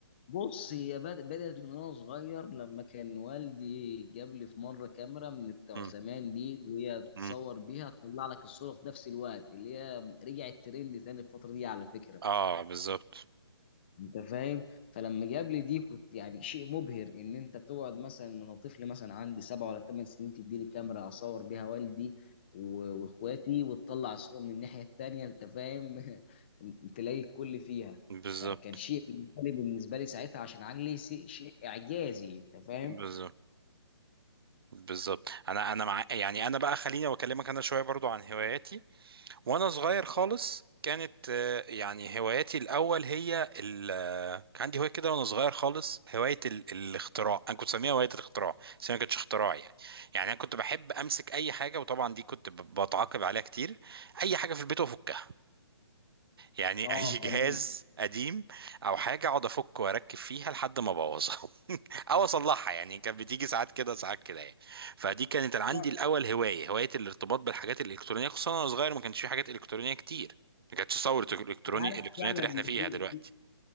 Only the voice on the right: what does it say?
امم
امم
اه بالظبط
بالظبط
بالظبط بالظبط انا انا مع يعني انا بقى خليني واكلمك انا شوية برضو عن هواياتي وانا صغير خالص كانت آه، يعني هواياتي الاول هي ال آه، كان عندي هوايه كده وانا صغير خالص هوايه ال... الاختراع انا كنت بسميها هوايه الاختراع بس هي ما كانتش اختراع يعني يعني انا كنت بحب امسك اي حاجه وطبعا دي كنت ب- بتعاقب عليها كتير اي حاجه في البيت وافكها يعني
<laughs> اي جهاز
قديم او حاجه اقعد افك واركب فيها لحد ما ابوظها <laughs> او اصلحها يعني كانت بتيجي ساعات كده ساعات كده يعني فدي كانت عندي
الاول هوايه هوايه الارتباط بالحاجات الالكترونيه خصوصا وانا صغير ما كانش في حاجات الكترونيه كتير ما كانتش ثوره الالكتروني
الالكترونيات
اللي
احنا فيها
دلوقتي